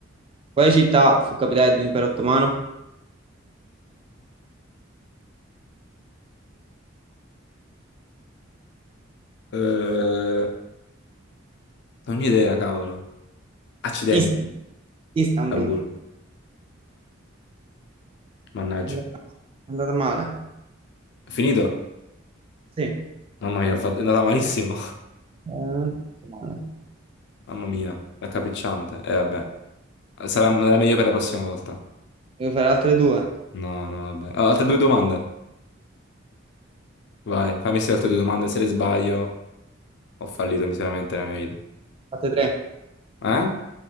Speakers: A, on the right (about 30°); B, on the left (about 60°).
A: Quale città fu capitale dell'impero ottomano?
B: Eh, non ho idea, cavolo. Accidenti.
A: Ist- Istanbul.
B: Istanbul. Mannaggia.
A: È andata male.
B: Finito?
A: Sì, Eh,
B: Mamma mia, ho fatto- è andata malissimo.
A: non è andata male.
B: <laughs> Mamma mia, raccapricciante. E vabbè, sarà sarà meglio per la prossima volta.
A: Devo fare altre due.
B: No, no, vabbè. Ah, altre due domande. Vai, fammi sì altre due domande. Se le sbaglio, ho fallito miseramente nella mia vita.
A: Fatte tre.
B: Eh?